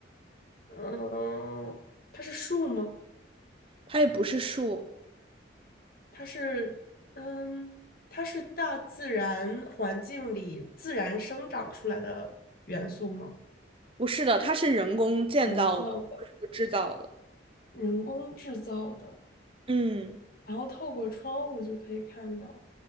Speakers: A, on the left; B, on the right.
A: 嗯，它是树吗？
B: 它也不是树，
A: 它是嗯，它是大自然环境里自然生长出来的元素吗？
B: 不是的，它是人工建造的或者说制造的。
A: 人造的，人工制造的。
B: 嗯，
A: 然后透过窗户就可以看到，